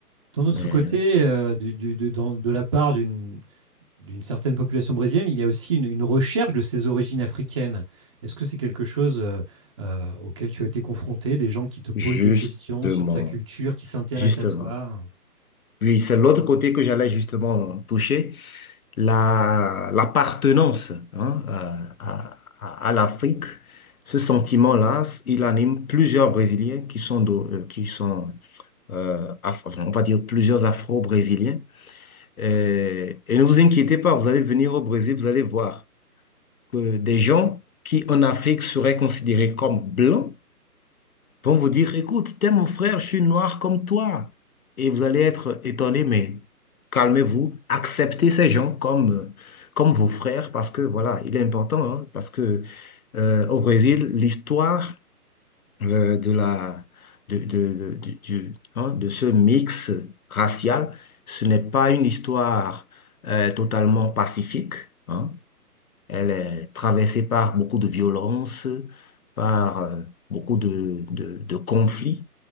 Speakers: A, on the right; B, on the left.
A: D'un autre
B: Mais
A: côté, euh, du- du- de, dans- de la part d'une d'une certaine population brésilienne, il y a aussi une, une recherche de ses origines africaines. Est-ce que c'est quelque chose euh, euh, auquel tu as été confronté, des gens qui te posent
B: justement,
A: des questions sur ta culture, qui s'intéressent
B: justement.
A: à toi?
B: Oui, c'est l'autre côté que j'allais justement toucher. la, l'appartenance hein, à, à- à l'Afrique, ce sentiment-là, il anime plusieurs Brésiliens qui sont, d'o- euh, qui sont euh, Af- enfin, on va dire plusieurs Afro-Brésiliens. Et, et ne vous inquiétez pas, vous allez venir au Brésil, vous allez voir que des gens qui en Afrique seraient considérés comme blancs, vont vous dire, écoute, t'es mon frère, je suis noir comme toi. Et vous allez être étonné, mais calmez-vous, acceptez ces gens comme, euh, comme vos frères, parce que voilà, il est important, hein, parce que euh, au Brésil, l'histoire euh, de la de, de, de, du- du- hein, de ce mix racial, ce n'est pas une histoire euh, totalement pacifique. hein. Elle est traversée par beaucoup de violences, par euh, beaucoup de, de- de conflits,